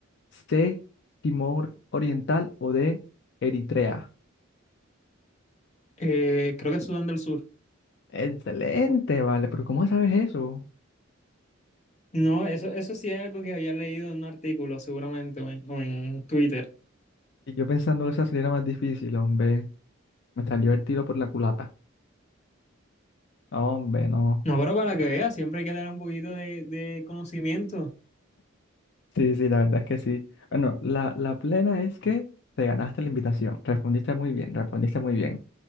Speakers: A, on the left (about 55°); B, on the left (about 35°).
A: C, Timor Oriental o D, Eritrea.
B: Eh, creo que es Sudán del Sur.
A: Excelente, vale, pero ¿cómo sabes eso?
B: No, eso, eso sí es algo que había leído en un artículo, seguramente, o en, o en Twitter.
A: Y yo pensando que esa sería la más difícil, hombre. Me salió el tiro por la culata. No, Hombre, no.
B: No, pero para que veas, siempre hay que tener un poquito de, de conocimiento.
A: Sí, sí, la verdad es que sí. Bueno, la, la plena es que te ganaste la invitación. Respondiste muy bien, respondiste muy bien.